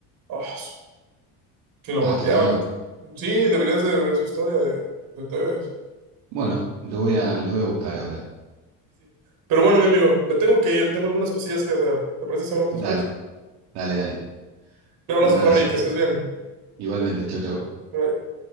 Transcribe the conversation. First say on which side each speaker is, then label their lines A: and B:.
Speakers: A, on the right; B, on the right.
A: Ah, su- que lo
B: Ah,
A: golpeaban.
B: está bueno.
A: ¿O qué? Sí, deberías de ver su historia de, de Tevez.
B: Bueno, lo voy a, lo voy a buscar ahora.
A: Sí, sí. Pero bueno, mi amigo, me tengo que ir. Tengo algunas cosillas que hacer. ¿Te parece si hablamos
B: Dale,
A: después?
B: dale, dale.
A: Un abrazo,
B: Un abrazo.
A: Fabri, que estés bien.
B: Igualmente, chau, chau.
A: Bye, bye.